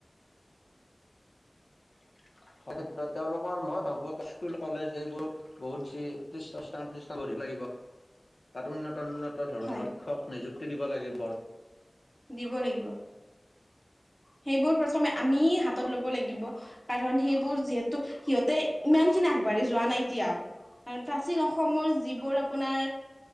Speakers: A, on the left; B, in the centre.
A: <inaudible> সেই ক্ষেত্ৰত তেওঁলোকৰ মই ভাবো স্কুল কলেজ এইবোৰ বহুত বেছি শিক্ষানুস্থান প্ৰতিষ্ঠান গঢ়িব লাগিব। তাত উন্নত উন্নত ধৰণৰ
B: হয়
A: শিক্ষক নিযুক্তি দিব লাগিব
B: দিব লাগিব।
A: অ
B: সেইবোৰ প্ৰথমে আমি হাতত ল'ব লাগিব। কাৰণ সেইবোৰ যিহেতু সিহঁতে ইমান খিনি আগবাঢ়ি যোৱা নাই এতিয়াওঁ। কাৰন প্ৰাচীন অসমৰ যিবোৰ আপোনাৰ